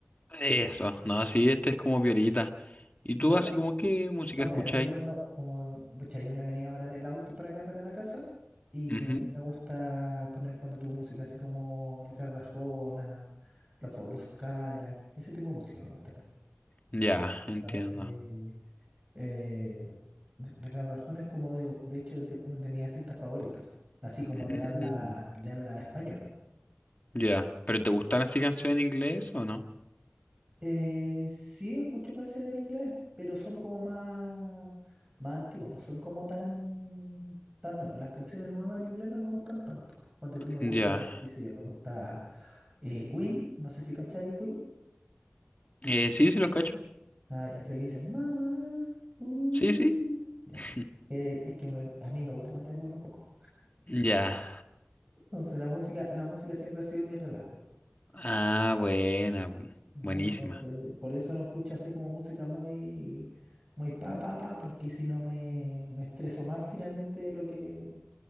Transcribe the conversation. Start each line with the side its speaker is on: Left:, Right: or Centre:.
Left: eso, no, sí, este es como violita. ¿Y tú
Right: Yo,
Left: así como qué música
Right: No,
Left: escucháis?
Right: mira, yo cuando, como, pucha, yo me venía ahora en el auto para acá, para la casa, y
Left: Ujú,
Right: a mí me gusta poner, ponte tu música así como Ricardo Arjona, Los Fabulosos Cadillac, ese tipo de música me gusta a mí.
Left: Ya, entiendo.
Right: Entonces, eh, Ricardo Arjona es como de, de hecho, es de, uno de mis artistas favoritos, así como
Left: Mm,
Right: de habla, de habla española.
Left: ya, ¿pero te gustan así canciones en inglés o no?
Right: Eh, sí escucho canciones en inglés, pero son como más, más antiguas, no son como tan, tan nuevas. Las canciones nuevas en inglés no me gustan tanto. Ponte tú me gusta,
Left: Ya,
Right: Ya. qué sé yo, me gusta eh, Queen, no sé si cachai Queen.
Left: eh, sí, sí los cacho.
Right: Ah, ya sé que dicen mamá, uh",
Left: Sí, sí.
Right: ya.
Left: <laughs>
Right: Eh, es que me- a mí me gusta cantar igual un poco.
Left: Ya.
Right: Entonces la música, la música siempre ha sido mi relajo.
Left: Ah, buena. bu-
Right: Ya,
Left: Buenísima.
Right: entonces, por eso no escucho así como música muy, muy pa, pa, pa, porque si no me, me estreso más finalmente de lo que,